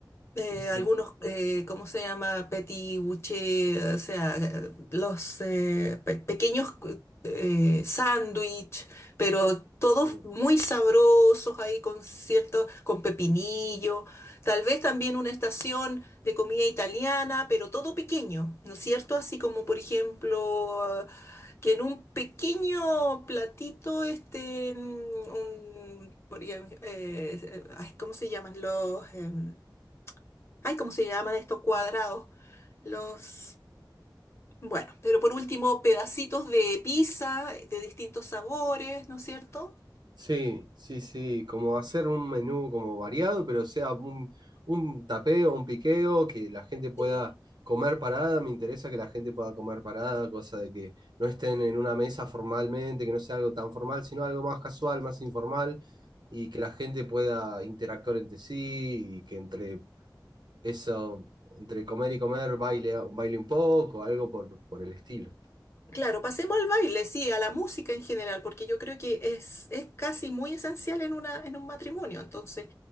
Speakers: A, on the left; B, on the right.
A: eh,
B: sí, sí,
A: algunos, eh, ¿cómo se llama? Petit bouché, o sea, eh, los eh, pe- pequeños eh, sándwich, pero todos
B: sí.
A: muy sabrosos ahí con cierto, con pepinillo, tal vez también una estación de comida italiana, pero todo pequeño, ¿no es cierto? Así como, por ejemplo, eh, que en un pequeño platito este, mm, un, por ejemplo, eh, eh, ay, ¿cómo se llaman los...? em, Ay, ¿cómo se llaman estos cuadrados? Los, bueno, pero por último, pedacitos de pizza de distintos sabores, ¿no es cierto?
B: Sí, sí, sí, como hacer un menú como variado, pero sea un, un tapeo, un piqueo, que la gente pueda
A: Sí.
B: comer parada, me interesa que la gente pueda comer parada, cosa de que no estén en una mesa formalmente, que no sea algo tan formal, sino algo más casual, más informal, y que la gente pueda interactuar entre sí, y que entre eso, entre comer y comer baile, baile un poco, algo por, por el estilo.
A: Claro, pasemos al baile, sí, a la música en general, porque yo creo que es, es casi muy esencial en una, en un matrimonio. Entonces,